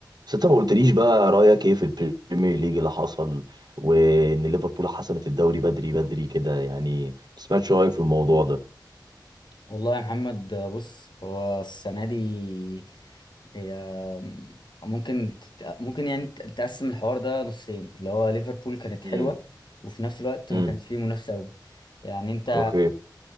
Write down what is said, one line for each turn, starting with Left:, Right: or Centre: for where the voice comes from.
Right: بس انت ما قلتليش بقى رأيك ايه في البريمير ليج اللي حصل وان ليفربول حسمت الدوري بدري بدري كده يعني ما سمعتش رأيك في الموضوع ده
Left: والله يا محمد بص هو السنة دي هي ممكن تت... ممكن يعني ت- تقسم الحوار ده نصين اللي هو ليفربول كانت حلوة
Right: امم
Left: وفي نفس الوقت
Right: امم
Left: ما كانش فيه منافسة أوي يعني أنت
Right: اوكي